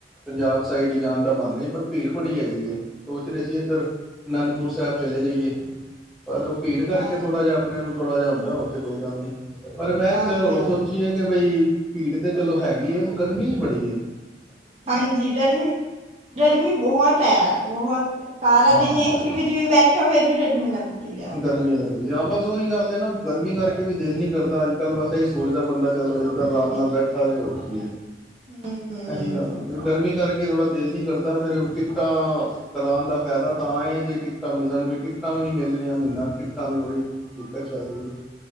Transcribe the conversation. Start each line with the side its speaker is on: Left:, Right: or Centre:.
Centre: ਪੰਜਾਬ ਸਾਈਡ ਹੀ ਜਾਣ ਦਾ ਬਣਦਾ ਸੀ, ਪਰ ਭੀੜ ਬੜੀ ਹੈਗੀ ਸੋਚ ਰਹੇ ਸੀ ਇੱਧਰ ਅਨੰਦਪੁਰ ਸਾ ਸੈਬ ਚਲੇ ਜਾਈਏ। ਪਰ
Right: ਅੱਛਾ
Centre: ਉਹ ਭੀੜ ਕਰਕੇ
Right: ਅੱਛਾ
Centre: ਥੋੜਾ ਜਿਹਾ ਆਪਣਿਆਂ ਨੂੰ ਥੋੜਾ ਜਿਹਾ ਹੁੰਦਾ ਕੋਈ ਗੱਲ ਨਈ। ਪਰ ਮੈਂ
Right: ਹਾਂਜੀ
Centre: ਇੱਕ ਚੱਲ ਹੋਰ
Right: ਹਾਂਜੀ
Centre: ਸੋਚੀ ਹੈ ਕਿ ਬਈ ਭੀੜ ਤੇ ਚਲੋ ਹੈਗੀ ਐ ਗਰਮੀ ਹੀ ਬੜੀ ਏ।
Right: ਹਾਂਜੀ ਗਰਮੀ- ਗਰਮੀ ਬਹੁਤ ਐ ਬਹੁਤ ਸਾਰਾ
Centre: ਹਾਂ
Right: ਦਿਨ ਏਸੀ ਵਿਚ ਵੀ ਬੈਠੋ ਫੇਰ ਵੀ ਡਰ ਲੱਗਦੀ ਐ।
Centre: ਗਰਮੀ ਲੱਗਦੀ ਹਾਂ ਬਸ ਉਹੀ ਗੱਲ ਹੈ ਨਾ ਗਰਮੀ ਕਰਕੇ ਵੀ ਦਿਲ ਨੀ ਕਰਦਾ ਅੱਜ-ਕੱਲ ਬਸ ਇਹੀ ਸੋਚਦਾ ਬੰਦਾ ਚਲ ਰਜਿੰਦਰ
Right: ਹੂੰ
Centre: ਆਰਾਮ ਨਾਲ ਬੈਠਾ ਰਹੇ ਹੋਰ ਕੀ ਏ।
Right: ਹੂੰ
Centre: ਇਹੀ ਗੱਲ ਆਂਦੀ ਗਰਮੀ ਕਰਕੇ ਥੋੜਾ ਦਿਲ ਨਹੀਂ ਕਰਦਾ ਫਿਰ ਟਿਕਟਾਂ ਕਰਾਣ ਦਾ ਫਾਇਦਾ ਤਾਂ ਜੇ ਟਿਕਟਾਂ ਮਿਲਣ ਵੀ ਟਿਕ ਟਿਕਟਾਂ ਵੀ ਨਹੀਂ ਮਿਲ ਰਹੀਆਂ ਮਹੀਨਾ ਟਿਕਟਾਂ ਦੀ ਬੜੀ ਦਿੱਕਤ ਚੱਲ ਰਹੀ ਐ।